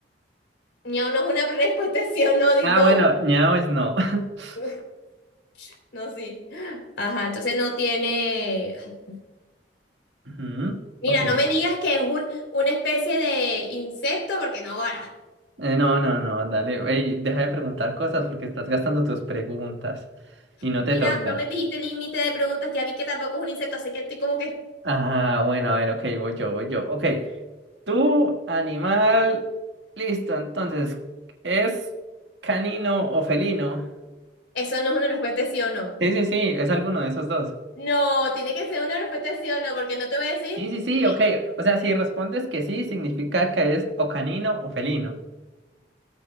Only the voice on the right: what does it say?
Ah,
bueno, ñau es no. <laughs>
Ujú,
Ok.
Eh, no, no, no, dale. Ey, deja de preguntar cosas porque estás gastando tus preguntas y no
te toca.
Ah, bueno, a ver, ok, voy yo, voy yo. Ok. Tu animal. Listo, entonces, ¿es canino o felino?
Sí, sí, sí, es alguno de esos dos.
Sí, sí, sí,
ok. O sea, si respondes que sí, significa que es o canino o felino.